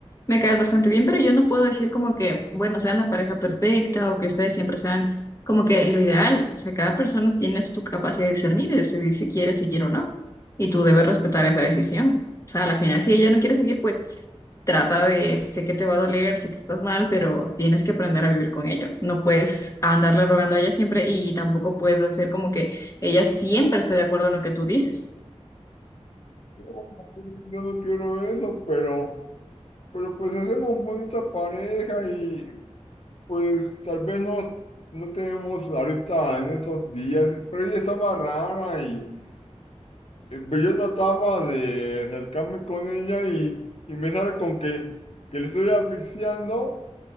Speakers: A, on the left (about 30°); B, on the left (about 65°).
A: me caes bastante bien, pero yo no puedo decir como que, bueno, sean la pareja perfecta o que ustedes siempre sean como que lo ideal. O sea, cada persona tiene su capacidad de discernir y decidir si quiere seguir o no. Y tú debes respetar esa decisión. O sea, a la final, si ella no quiere seguir, pues trata de, sé que te va a doler, sé que estás mal, pero tienes que aprender a vivir con ello. No puedes andarle rogando a ella siempre y tampoco puedes hacer como que ella siempre está de acuerdo en lo que tú dices.
B: no, yo no quiero eso, pero, pero pues hacemos bonita pareja y Pues tal vez no, no tenemos ahorita en esos días, pero ella estaba rara y eh, pero yo trataba de acercarme con ella y, y me sale con que, que le estoy asfixiando,